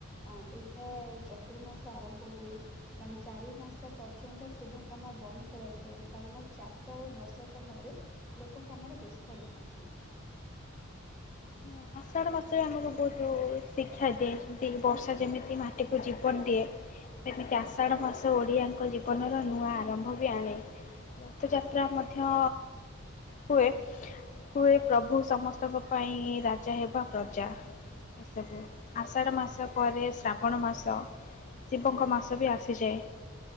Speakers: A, in the centre; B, on the left (about 35°).
A: ହଁ ଏଇଟା ଚତୁର୍ମାସ ଆରମ୍ଭ ହୁଏ। ମାନେ ଚାରି ମାସ ପର୍ଯ୍ୟନ୍ତ ଶୁଭ କାମ ବନ୍ଦ କରାଯାଏ। କାରଣ ଚାଷ ଆଉ ବର୍ଷା ସମୟରେ ଲୋକ କାମରେ ବ୍ୟସ୍ତ ରୁହନ୍ତି।
B: ହଁ ଆଷାଢ ମାସରେ ଆମକୁ ବହୁତୁ ଶିକ୍ଷା ଦିଏ। ଯେମିତି କି ବର୍ଷା ଯେମିତି ମାଟିକୁ ଜୀବନ ଦିଏ। ସେମିତି ଆଷାଢ଼ ମାସ ଓଡ଼ିଆଙ୍କ ଜୀବନର ନୂଆ ଆରମ୍ଭ ବି ଆଣେ। ରଥଯାତ୍ରା ମ ଧ୍ୟ ହୁଏ। କୁ ଏ ପ୍ରଭୁ ସମସ୍ତଙ୍କ ପାଇଁ ରା ଜା ହେବା ପ୍ରଜା ଏସବୁ ଆଷାଢ଼ ମାସ ପରେ ଶ୍ରାବଣ ମାସ ଶିବଙ୍କ ମାସ ବି ଆସିଯାଏ।